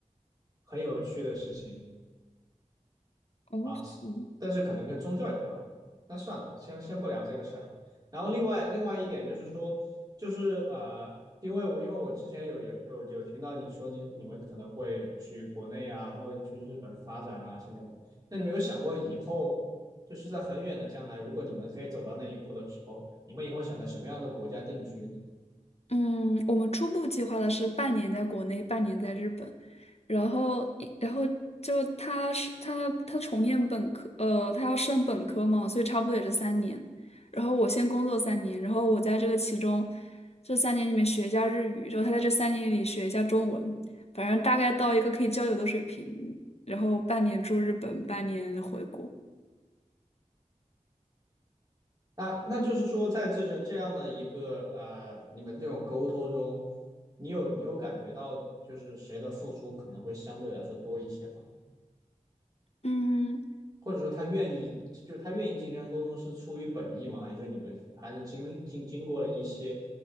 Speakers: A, on the right; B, on the left.
A: 很有趣的事情，
B: 哦，
A: 啊，
B: 是吗
A: 但是可能跟宗教有关。那算了，先先不聊这个事儿。然后另外另外一点就是说，就是呃，因为我因为我之前有有有有听到你说你你们可能会去国内啊，他会去日本发展啊什么的。那你们有想过以后，就是在很远的将来，如果你们可以走到那一步的时候，你们以后想在什么样的国家定居呢？
B: 嗯，我们初步计划的是半年在国内，半年在日本。然后然后就他是他他重念本科，呃，他要升本科嘛，所以差不多也是三年。然后我先工作三年，然后我在这个其中这三年里面学一下日语，然后他在这三年里学一下中文，反正大概到一个可以交流的水平。然后半年住日本，半年回国。
A: 那那就是说，在这个这样的一个呃，你们这种沟通中，你有你有感觉到就是谁的付出可能会相对来说多一些吗？
B: 嗯，
A: 或者说他愿意，就是他愿意进行沟通是出于本意吗？还是说你们还是经经经过了一些